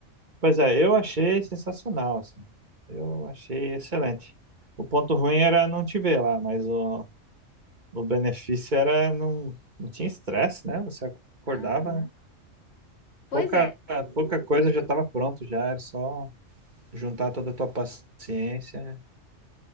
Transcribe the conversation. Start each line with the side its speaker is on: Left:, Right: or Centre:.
Right: Pois é, eu achei sensacional, assim. Eu achei excelente. O ponto ruim era não te ver lá, mas o, o benefício era não, não tinha estresse, né? Você acordava,
Left: Aham. Pois
Right: Pouca,
Left: é.
Right: pouca coisa já estava pronto, já era só juntar toda a tua paciência,